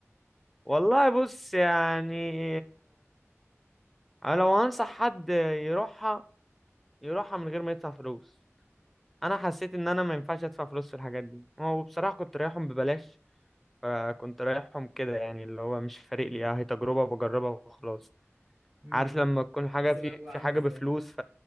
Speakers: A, in the centre; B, on the right.
A: والله بص يعني انا لو هنصح حد يروحها يروحها من غير ما يدفع فلوس انا حسيت ان انا ما ينفعش ادفع فلوس في الحاجات دي هو بصراحه كنت رايحهم ببلاش فكنت رايحهم كده يعني اللي هو مش فارق لي هي تجربه بجربها وخلاص
B: امم
A: عارف لما تكون حاجه
B: شوف
A: في
B: الاجواء
A: في
B: عامله
A: حاجه
B: ازاي
A: بفلوس